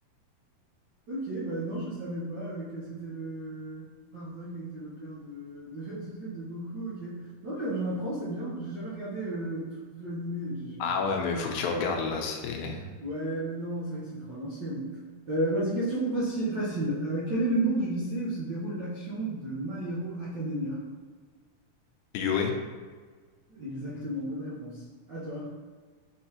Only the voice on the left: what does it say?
Ah
ouais,
mais faut
que tu regardes là, c'est.
Yue,